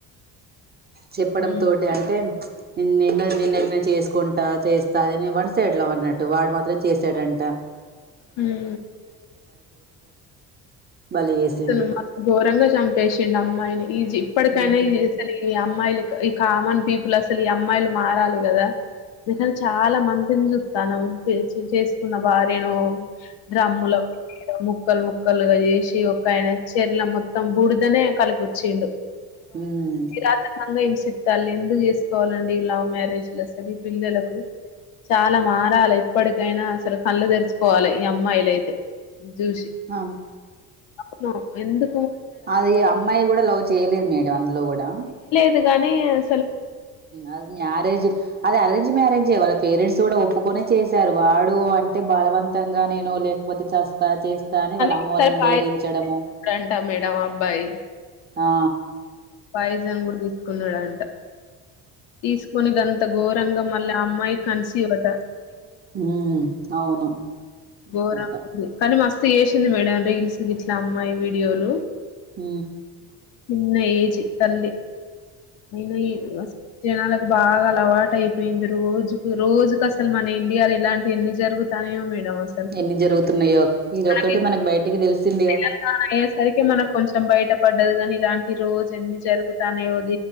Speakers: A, on the right; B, on the left.
A: చెప్పడం
B: తెలియ
A: తోటి అంటే నిన్న నిన్ను నిన్నట్నే చేసుకుంటా చేస్తా అని వన్ సైడ్ లవ్ అన్నట్టు వాడు మాత్రం చేశాడంట
B: మ్మ్
A: బలే చేసిండు
B: <unintelligible> ఘోరంగా చంపేసిండు అమ్మాయిని ఈజి ఇప్పటికైనా
A: ఉమ్
B: ఈ అసలు ఈ అమ్ అమ్మాయిలు ఈ కామన్ పీపుల్ అసలు ఈ అమ్మాయిలు మారాలి కదా ఎందుకని చాలా మందిని చుత్తనం పెళ్ళి చేసుకున్న భార్య ను ఆ డ్రమ్ముల ముక్కల్ ముక్ ఒకక్కలుగా చేసి ఒక ఆయన చెర్ల మొత్తం బుడిదనే కలిపొచ్చిండు
A: ఉమ్
B: రాత్రంగా ఇ చిత్తాలు ఎందుకు చేసుకోవాలండి లవ్ మ్యారేజ్లు అసలు పిల్లలకు చాలా మారాలి ఇప్పటికైనా అసలు కళ్ళు తెరుచుకో కోవాలి ఈ అమ్మాయిల అయితే జూష
A: అవును
B: అవును ఎందు
A: అది అమ్మాయి కూడా లవ్ చేయలేదు మేడం అందులో కూడా
B: గానే
A: అది మ్యారేజ్ అది అరేంజ్ వాళ్ళ పేరెంట్స్ కూడా ఒప్పుకుొనే చేశారు వాడు అంటె బలవంతంగా నేను లేకపోతే చస్తా చేస్తా అని వాళ్ళ అమ్మ
B: ఒకసారి
A: వాళ్ళను
B: పాయిజం
A: బెదిరించడము
B: తీసుకున్నాడంట మేడం ఆ అబ్బాయి.
A: ఆ
B: పైజం కూడా తీసుకున్నాడుంట తీసుకని అంత ఘోరంగా మళ్ళీ ఆ అమ్మాయి కన్సివ్వత
A: హ అవును
B: గోరా
A: అంట
B: కాని మస్త తీసింది మేడం రీల్స్ గిట్లా అమ్మాయి వీడియోలు
A: అ
B: ఉన్న ఏజీ తల్లి అయిన ఈ వ్యవస్థ జనాలకు బాగా అలవాటు అయిపోయింది రోజుకు రోజుకు అసలు మన ఇండియాలో ఇలాంటి ఎన్ని జరుగుతానేయో మేడం అ
A: ఎన్ని జరుగుతున్నాయో ఇదొక్కటి
B: అ
A: మనకు బయటికి తెలిసిందిగా
B: తెలంగాణ అయ్యేసరికి మనం కొంచెం బయట ఇష్టపడ్డది కాని ఇలాంటి రోజు ఎన్ని జరుగుతానయో